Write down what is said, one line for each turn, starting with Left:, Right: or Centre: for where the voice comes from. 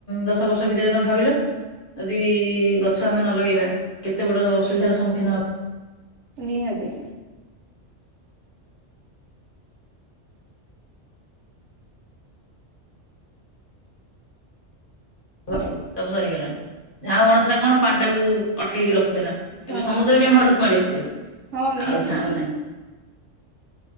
Left: ଦଶ ସବୁ ସୁବିଧା ତମେ ଭାବିଲ ଯଦି ଗ ଗଛ ନ ଲଗେଇବା କେତେ ବଡ ଅସୁବିଧାର ସମ୍ମୁଖୀନ ହବ।
Right: ନିହାତି। ଆଉ
Left: ସବୁ ସରିଗଲାଣି। ଝାଉଁ ବଣ ଥିଲା କଣ ପାଣି ଟାକୁ ଅଟକେଇକି ରଖୁଥିଲା।
Right: ହଁ
Left: ଏବେ ସମୁଦ୍ର ବି ଆମେ ଆଡକୁ ମାଡି ଆସିବ।
Right: ହଁ ନିହାତି
Left: ଆଉ ଝାଉଁ ନାହିଁ।